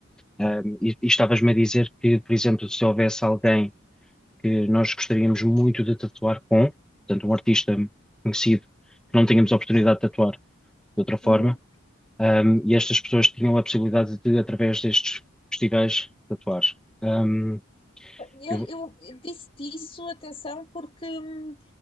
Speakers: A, in the centre; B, on the left (about 25°).
A: Ahm, e e estavas-me a dizer que, por exemplo, se houvesse alguém que nós gostaríamos muito de tatuar com, portanto, um artista conhecido, que não tínhamos a oportunidade de tatuar de outra forma,
B: Uhum.
A: ahm, e estas pessoas tinham a possibilidade de, através destes festivais, tatuar. Hum,
B: Eu,
A: Eu vou...
B: eu disse-te isso, atenção, porque hum,